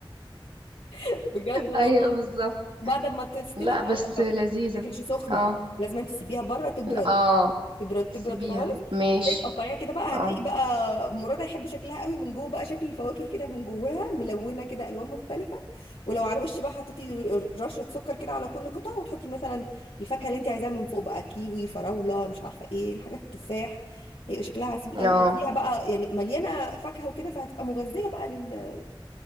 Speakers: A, on the left; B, on the right.
A: <laughs> بجد والله
B: ايوه بالظبط
A: بعد ما تستوي
B: لا
A: بقى
B: بس
A: ما
B: لذيذة
A: بتاكلش سخنه
B: اه
A: لازم تسيبيها بره تبرد
B: اه
A: تبرد تبرد
B: سيبيها
A: خالص
B: ماشي
A: تلاقي تقطعيها كده بقى
B: اه
A: هتلاقي بقى مراد هيحب شكلها قوي من جوه بقى شكل الفواكه كده من جواها ملونه كده الوان مختلفه ولو على الوش بقى حطيتي رشه سكر كده على كل قطعه وتحطي مثلا الفاكهه اللي انت عايزاها من فوق بقى كيوي فراوله مش عارفه ايه الحاجات التفاح هيبقى شكلها عسول
B: اه
A: قوي فيها بقى يعني مليانه فاكهه وكده فهتبقى مغذيه بقى لل